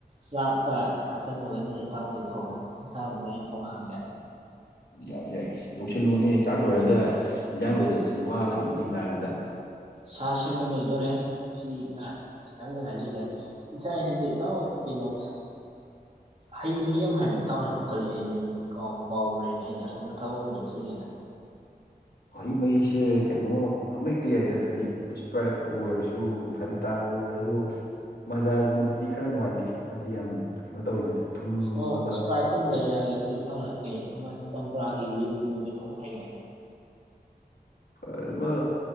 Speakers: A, on the right; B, on the left.
A: ꯆꯥꯛꯀ ꯑꯆꯝꯃꯒꯗꯨꯅ ꯏꯇꯥꯥꯎꯅ ꯍꯦꯛ ꯊꯣꯡꯉꯣ ꯁꯥꯗꯨꯅ ꯑꯩꯅ ꯊꯣꯡꯉꯛꯑꯒꯦ
B: ꯌꯥꯏ ꯌꯥꯏ ꯌꯧꯁꯤꯜꯂꯨꯅꯦ ꯆꯥꯛ ꯂꯣꯏꯔꯒ ꯏꯟꯖꯥꯡ ꯂꯣꯏꯗꯕꯁꯤ ꯋꯥꯒꯅꯤꯅꯦ ꯉꯥꯏꯕꯗ
A: ꯁꯥ ꯁꯦꯝꯕ ꯂꯣꯏꯗꯣꯔꯦ ꯁꯤ ꯈꯤꯇꯪꯗ ꯉꯥꯏꯁꯤꯜꯂꯦ ꯉꯁꯥꯏ ꯍꯥꯏꯕꯗꯣ ꯏꯇꯥꯎ ꯀꯩꯅꯣ ꯍꯩ ꯃꯍꯤ ꯑꯃ ꯍꯥꯏꯕꯗꯨ ꯏꯇꯥꯎꯅ ꯍꯥꯏꯕ ꯀꯔꯤ ꯍꯩ ꯃꯍꯤꯅꯣꯅꯦ ꯀꯥꯎꯕꯨ ꯀꯥꯎꯒ꯭ꯔꯦꯅꯦ ꯑꯩꯩꯗꯤ ꯑꯁꯣꯝꯗ ꯊꯕꯛ ꯑꯃꯨꯛ ꯆꯠꯊꯣꯛꯏꯉꯩꯗ
B: <inaudible> <unintelligible> ꯍꯩ ꯃꯍꯤꯁꯦ ꯀꯩꯅꯣ ꯑꯃꯍꯦꯛꯇ ꯌꯥꯏꯗ ꯍꯥꯏꯗꯤ ꯏꯁꯄ꯭ꯔꯥꯏꯠꯄꯨ ꯑꯣꯏꯔꯁꯨ ꯐꯟ ꯇ ꯕꯨ ꯑꯣꯏꯔꯁꯨ ꯃꯖꯥꯒꯨꯝꯕꯗꯨꯗꯤ ꯈꯔ ꯅꯨꯡꯉꯥꯏꯇꯦ ꯃꯥꯗꯤ ꯌꯥꯝ ꯀꯩꯅꯣ ꯇꯧꯋꯤꯗꯅ ꯊꯨꯝꯕ
A: ꯑꯣ ꯏꯁꯄ꯭ꯔꯥꯏꯇꯨ ꯑꯃ ꯂꯩꯔꯛꯑꯒꯦ ꯑꯗꯨ ꯏꯇꯥꯎꯔꯛꯀꯦ ꯑꯃ ꯆꯝꯄ꯭ꯔꯥꯒꯤ ꯂꯤꯝꯕꯨ ꯀꯩꯅꯣ ꯍꯥꯏꯅꯦ
B: ꯐꯔꯦ ꯕꯥꯏ